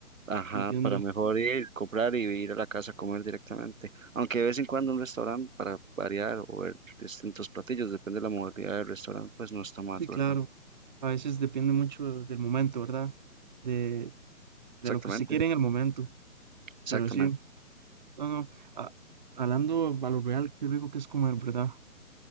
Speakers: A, on the right (about 60°); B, on the right (about 30°).
A: ajá,
B: te entiendo.
A: para mejor ir, comprar y ir a la casa a comer directamente, aunque de vez en cuando un restaurante para variar o ver distintos platillos, depende de la modalidad del restaurante, pues no está mal,
B: Sí,
A: ¿verdad?
B: claro. A veces depende mucho del momento, ¿verdad? De, de
A: Exactamente,
B: lo que usted quiere en el momento.
A: exactamente.
B: Pero sí, no, no. a- hablando a lo real, qué rico que es comer, ¿verdad?